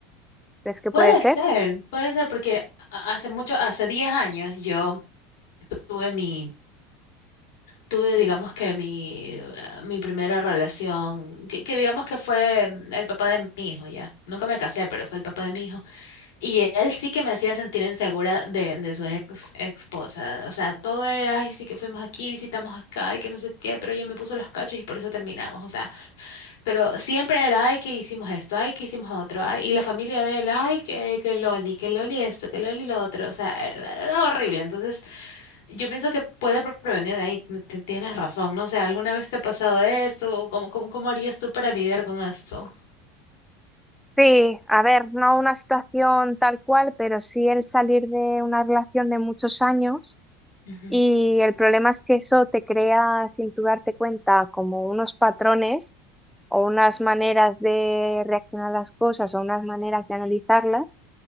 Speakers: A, in the centre; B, on the left.
A: ¿Crees que
B: Puede
A: puede ser?
B: ser, puede ser, porque a- hace mucho, hace 10 años yo tuve mi... tuve, digamos que mi, eh, mi primera relación, que, que digamos que fue mm, el papá de mi hijo, ya. Nunca me casé, pero fue el papá de mi hijo. Y él sí que me hacía sentir insegura de, de su ex esposa. O sea, todo era, ay, sí que fuimos aquí, visitamos acá, y que no sé qué, pero ella me puso los cachos y por eso terminamos. O sea, pero siempre era, ay, que hicimos esto, ay, que hicimos otro, ay, y la familia de él, ay, que, que Loli, que Loli esto, que Loli lo otro. O sea, era era horrible. Entonces, yo pienso que puede pre- prevenir de ahí, t- t- tienes razón, no sé, ¿alguna vez te ha pasado esto? ¿O ¿Cómo, cómo, cómo harías tú para lidiar con esto?
A: Sí, a ver, no una situación tal cual, pero sí el salir de una relación de muchos años
B: Ujú,
A: Y el problema es que eso te crea, sin tú darte cuenta, como unos patrones o unas maneras de reaccionar a las cosas o unas maneras de analizarlas,